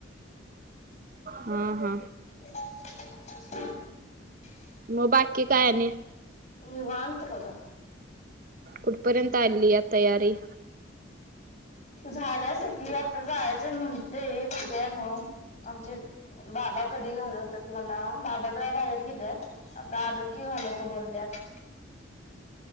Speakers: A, on the right; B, on the left.
A: हा हा.
B: <inaudible>
A: मग बाकी काय आणि.
B: निवांत बघा.
A: कुठपर्यंत आलीया तयारी.
B: झाल्या सगळी आता जायच म्हणते, बगूया मग आमचे बाबा कधी घालवतात मला, बाबा जरा बाहेर गेल्यात. आता आलो की घालवतो बोल्यात.